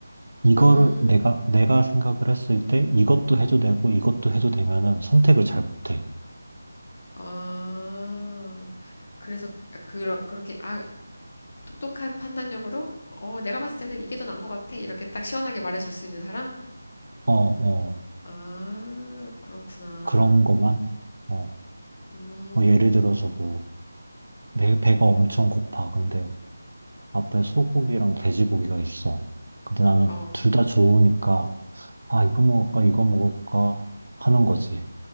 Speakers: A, on the right; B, on the left.
A: 이거를
B: 음,
A: 내가 내가 생각을 했을 때 이것도 해도 되고 이것도 해도 되면은 선택을 잘 못해.
B: 아, 그래서 그러, 그렇게 아, 똑똑한 판단력으로 어, 내가 봤을 때는 이게 더 나은 것 같아. 이렇게 딱 시원하게 말해줄 수 있는 사람?
A: 어, 어.
B: 아, 그렇구나.
A: 그런 거만 어.
B: 음,
A: 뭐 예를 들어서 뭐 배, 배가 엄청 고파. 근데 앞에 소고기랑 돼지고기가 있어. 근데 나는
B: 어,
A: 둘 다 좋으니까, 아, 이거 먹을까, 이거 먹을까 하는 거지.